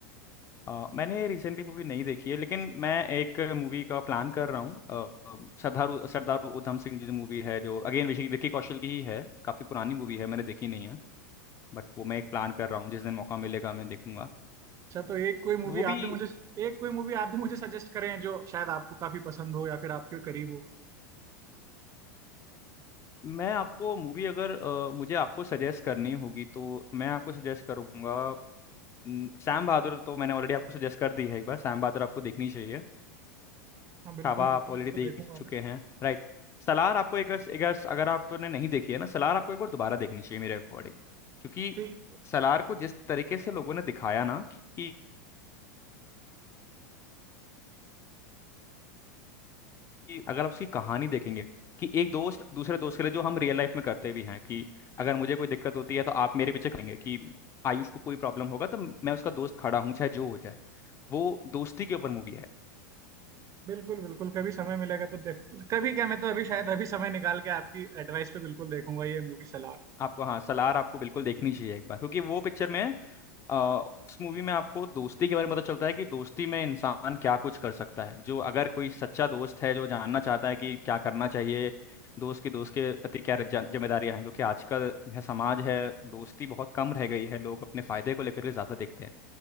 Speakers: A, on the left (about 30°); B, on the right (about 35°).
A: अ, मैंने रिसेंटली मूवी नहीं देखी है लेकिन मैं एक मूवी का प्लान कर रहा हूँ अ, सरदार उ- सरदार उधम सिंह जो मूवी है जो अगेन विकी विकी कौशल की ही है काफ़ी पुरानी मूवी है मैंने देखी नहीं है बट वो मैं एक प्लान कर रहा हूँ जिस दिन मौका मिलेगा मैं देखूंगा
B: अच्छा तो एक कोई मूवी
A: वो
B: आप
A: भी
B: भी मुझे एक कोई मूवी आप भी मुझे सजेस्ट करें जो शायद आपको काफी पसंद हो या फिर आपके करीब हो
A: मैं आपको मूवी अगर अ, मुझे आपको सजेस्ट करनी होगी तो मैं आपको सजेस्ट करूंगा न, सैम बहादुर तो मैंने ऑलरेडी आपको सजेस्ट कर दी है एक बार सैम बहादुर आपको देखनी चाहिए
B: हाँ बिल्कुल
A: छावा
B: बिल्कुल
A: आप ऑलरेडी
B: वो तो देखूंगा
A: देख चुके
B: मैं
A: हैं राइट सलार आपको एक एक अगर आपने नहीं देखी है ना सलार आपको एक बार दोबारा देखनी चाहिए मेरे अकॉर्डिंग क्योंकि
B: ठीक
A: सलार को जिस तरीके से लोगों ने दिखाया ना कि कि अगर आप उसकी कहानी देखेंगे कि एक दोस्त दूसरे दोस्त के लिए जो हम रियल लाइफ में करते भी हैं कि अगर मुझे कोई दिक्कत होती है तो आप मेरे पीछे खड़ेंगे कि आयुष को कोई प्रॉब्लम होगा तो मैं उसका दोस्त खड़ा हूँ चाहे जो हो जाए वो दोस्ती के ऊपर मूवी है
B: बिल्कुल बिल्कुल कभी समय मिलेगा तो देख कभी क्या मैं तो अभी शायद अभी समय निकाल के आपकी एडवाइस पे बिल्कुल देखूंगा ये मूवी सलाह
A: आपको हाँ सलार आपको बिल्कुल देखनी चाहिए एक बार क्योंकि वो पिक्चर में आ, उस मूवी में आपको दोस्ती के बारे में पता चलता है कि दोस्ती में इंसान क्या कुछ कर सकता है जो अगर कोई सच्चा दोस्त है जो जानना चाहता है कि क्या करना चाहिए दोस्त की दोस्त के प्रति क्या जन- जिम्मेदारियां हैं क्योंकि आजकल यह समाज है दोस्ती बहुत कम रह गई है लोग अपने फायदे को लेकर के ज्यादा देखते हैं